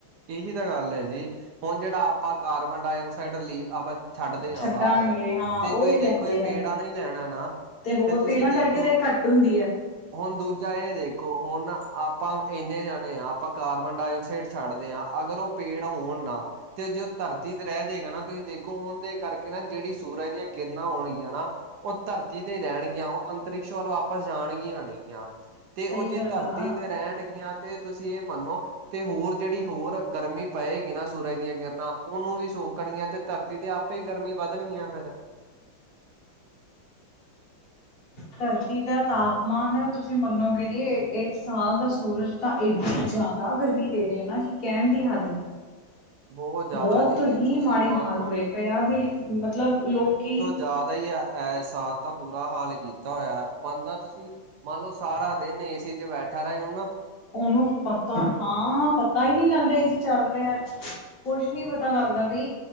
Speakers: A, on the right; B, on the left.
A: ਏਹੀ ਤਾਂ ਗੱਲ ਐ ਜੀ, ਹੁਨ ਜੇੜਾ ਆਪਾਂ ਕਾਰਬਨ ਡਾਇਆਕਸਾਈਡ ਰਿਲਿਵ ਆਪਾਂ ਛੱਡਦੇ
B: ਛੱਡਾਂਗੇ
A: ਆਂ ਬਾਰ
B: ਹਾਂ
A: ਤੇ
B: ਉਹੀ
A: ਤੁਸੀਂ
B: ਲੈਂਦੇ
A: ਦੇਖੋ ਏ ਪੇੜਾ ਨੇ ਈ ਲੈਣਾ ਨਾ
B: ਹੋਰ
A: ਤੇ ਤੁਸੀਂ
B: ਪੇੜਾਂ
A: ਦੇਖੋ
B: ਕਰਕੇ ਤਾਂ ਇਹ ਘੱਟ ਹੁੰਦੀ ਐ।
A: ਹੁਨ ਦੂਜਾ ਏ ਦੇਖੋ ਹੁਨ ਆਪਾਂ ਏਨੇ ਜਾਣੇ ਆ ਆਪਾਂ ਕਾਰਬਨ-ਡਾਇਆਕਸਾਈਡ ਛੱਡ ਦੇ ਆਂ ਅਗਰ ਓ ਪੇੜ ਹੋਣ ਨਾ ਤੇ ਜੇ ਓ ਧਰਤੀ ਤੇ ਰੈ ਜੇਗਾ ਨਾ ਤੁਸੀਂ ਦੇਖੋ ਓਂਦੇ ਕਰ ਕੇ ਨਾ ਜੇੜੀ ਸੂਰਜ ਦੀਆਂ ਕਿਰਨਾਂ ਹੋਣਗੀਆਂ ਨਾ ਓ ਧਰਤੀ ਤੇ ਈ ਰੈਣਗੀਆਂ ਓ ਅੰਤਰਿਕਸ਼ ਵੱਲ ਵਾ ਪਸ ਜਾਣਗੀਆਂ ਨੀਗੀਆਂ ਤੇ
B: ਸਹੀ
A: ਓ ਜੇ
B: ਗੱਲ
A: ਧਰਤੀ
B: ਆ।
A: 'ਤੇ ਰੈਣਗੀਆਂ 'ਤੇ ਤੁਸੀਂ ਏ ਮੰਨੋ ਤੇ ਹੋਰ ਜੇੜੀ ਹੋਰ ਗਰਮੀ ਪਏਗੀ ਨਾ ਸੂਰਜ ਦੀਆਂ ਕਿਰਨਾਂ ਓਨੂੰ ਵੀ ਸੋਕਣਗੀਆਂ 'ਤੇ ਧਰਤੀ ਤੇ ਆਪੇ ਈ ਗਰਮੀ ਵਧਣੀ ਆ ਫੇਰ।
B: ਧਰਤੀ ਦਾ ਤਾਪਮਾਨ ਤੁਸੀਂ ਮੰਨੋਗੇ ਨੀ ਏ ਸਾਲ ਦਾ ਸੂਰਜ ਤਾਂ ਏਡੀ ਜਾਦਾ ਗਰਮੀ ਦੇ ਰੇਆ ਨਾ ਕਿ ਕੈਨ ਦੀ ਹੱਦ ਨੀ।
A: ਬਹੁਤ ਜ਼ਿਆਦਾ
B: ਬੋਤ
A: ਜੀ
B: ਹੀ
A: ਤੁਸੀਂ
B: ਮਾੜੇ
A: ਮੰਨ
B: ਹਾਲ
A: ਲਓ
B: ਹੋਏ ਪਏ ਆ ਵੀ ਮਤਲਬ ਲੋਕੀ
A: ਜਾਦਾ ਈ ਐ, ਐ ਸਾਲ ਤਾਂ ਬੁਰਾ ਹਾਲ ਕੀਤਾ ਹੋਏਆ ਬੰਦਾ ਤੁਸੀਂ ਮੰਨ ਲੋਂ ਸਾਰਾ ਦਿਨ ਏਸੀ 'ਚ ਬੈਠਾ ਰਏ ਹੁਨ
B: ਓਨੂੰ ਪਤਾ ਹਾਂ ਪ ਤਾ ਈ ਨੀ ਲੱਗਦਾ ਏ ਸੀ ਚੱਲ ਰਯਾ ਕੁਛ ਨੀ ਪਤਾ ਲੱਗਦਾ ਬਈ